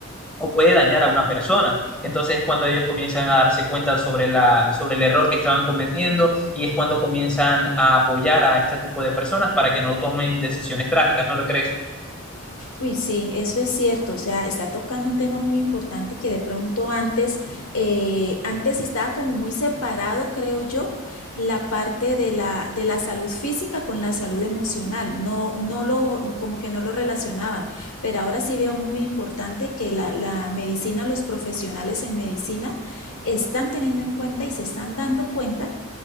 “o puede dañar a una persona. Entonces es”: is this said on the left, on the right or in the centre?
Centre